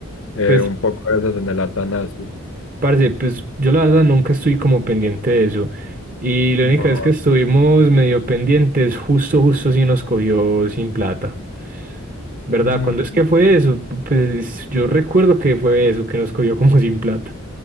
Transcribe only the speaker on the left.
eh,
un poco de veces en el Atanasio.
No.
Mm,